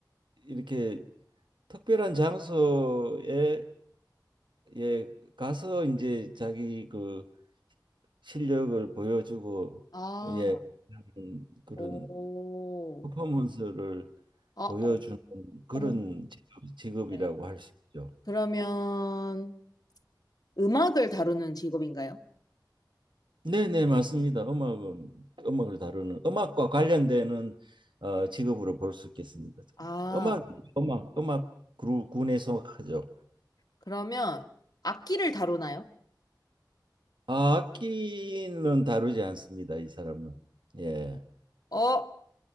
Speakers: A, on the right (about 80°); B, on the left (about 55°).
A: 이렇게 특별한 장소에 예 가서 이제 자기 그 실력을 보여주고
B: 아,
A: 예 하는 그런
B: 오.
A: 퍼포먼스를
B: 아, 어,
A: 보여주는 그런
B: 어머,
A: 직업- 직업이라고
B: 네.
A: 할 수 있죠.
B: 그러면 음악을 다루는 직업인가요?
A: 네네, 맞습니다. 음악은 음악을 다루는 음악과 관련되는 어,
B: 네.
A: 직업으로 볼 수 있겠습니다.
B: 아,
A: 음악 음악 음악 그루, 군에 속하죠.
B: 그러면 악기를 다루나요?
A: 아, 악기는 다루지 않습니다. 이 사람은. 예.
B: 어,